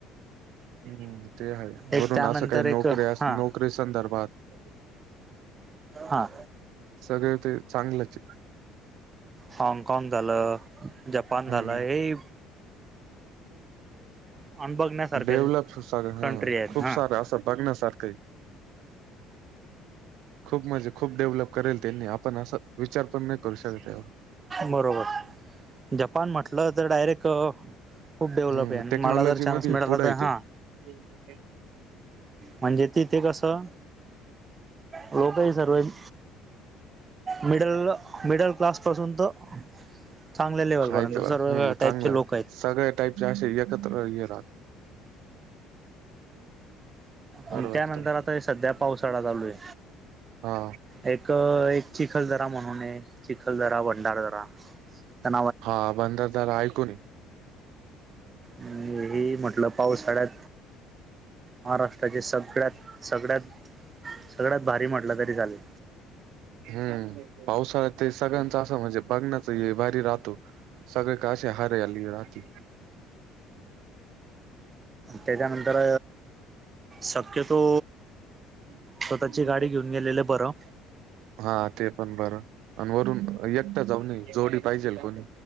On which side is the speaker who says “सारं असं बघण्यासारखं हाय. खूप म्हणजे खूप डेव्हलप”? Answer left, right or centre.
Right